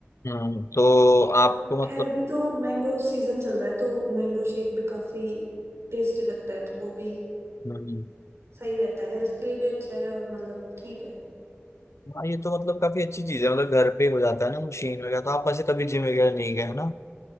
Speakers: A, on the left (about 85°); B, on the right (about 70°).
A: हम्म, तो
B: और
A: आपको
B: खैर
A: मतलब
B: अभी तो मैंगो सीजन चल रहा है तो मैंगो शेक भी काफी टेस्टी लगता है तो वो भी
A: हम्म
B: सही रहता है हेल्थ के लिए भी अच्छा है और मतलब ठीक है
A: हाँ ये तो मतलब काफी अच्छी चीज है मतलब घर पे हो जाता है ना मशीन वगैरह तो आप ऐसे कभी जिम वगैरह नहीं गए है ना